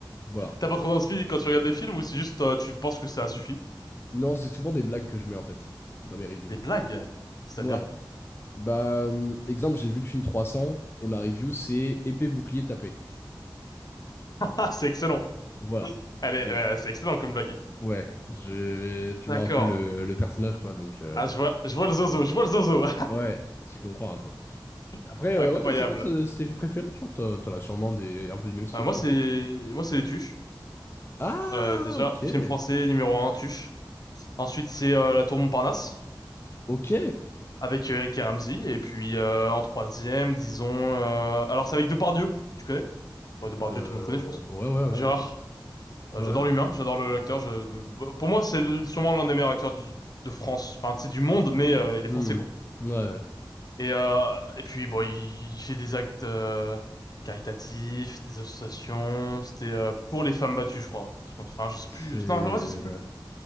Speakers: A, on the left; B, on the left.
A: Voilà.
B: T'as pas trop d'inspi quand tu regardes des films ou c'est juste euh, tu penses que ça suffit?
A: Non, c'est souvent des blagues que je mets, en fait, dans mes reviews.
B: Des blagues, c'est-à-dire?
A: Ouais. Bah, hum, exemple, j'ai vu le film 300, et ma review, c'est épée, bouclier, tapé.
B: Ah, c'est excellent.
A: Voilà.
B: Allez,
A: Donc,
B: euh, c'est excellent comme blague.
A: ouais, je, tu
B: D'accord.
A: vois un peu le, le personnage, quoi, donc, euh,
B: Ah,
A: donc
B: je vois,
A: ouais.
B: je vois le zozo, je vois le zozo.
A: Ouais, tu comprends un peu.
B: <laughs>
A: Après, euh,
B: Incroyable.
A: ouais, toi, c'est quoi ta- tes vies préférées? Genre, t'as- t'en as sûrement des, un peu du même style,
B: Euh, moi,
A: quoi.
B: c'est, moi, c'est les Tuches.
A: Ah,
B: Euh, déjà,
A: ok.
B: film français numéro un, Tuches. Ensuite, c'est euh, La Tour Montparnasse
A: Ok.
B: avec euh, Eric et Ramzy. Et puis, euh, en troisième, disons, euh, alors c'est avec Depardieu. Tu connais? Bon, Depardieu,
A: Euh,
B: tout le monde connaît, je pense.
A: ouais, ouais, ouais,
B: Gérard.
A: bien sûr.
B: Euh,
A: Ouais,
B: j'adore
A: ouais.
B: l'humain, j'adore le- l'acteur. Je... Pour moi, c'est l- sûrement l'un des meilleurs acteurs du- de France. Enfin, c'est du monde, mais euh, il
A: Hmm.
B: est français, quoi.
A: Ouais, ouais.
B: Et, euh, et puis, bon, il, il fait des actes euh, caritatifs, des associations. C'était euh, pour les femmes battues, je crois. Un truc comme ça. Enfin, je sais
A: c'est...
B: plus. Non, en vrai, je sais plus.